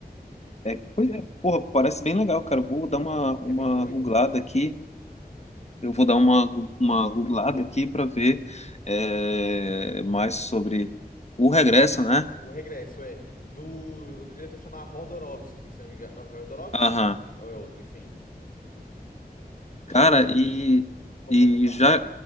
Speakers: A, on the left; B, on the left.
A: É, pois é. Porra, parece bem legal, cara. Vou dar uma, uma
B: É bem doido.
A: googlada aqui. Eu vou dar uma, gu- uma googlada aqui para ver é, mais sobre o regresso, né?
B: O regresso é do, do diretor chamar Rodorovsky, se eu não me engano. Não, Rodorovsky?
A: Aham.
B: Ou é outro, enfim. Enfim.
A: Cara, e,
B: Opa,
A: e
B: pode falar.
A: já,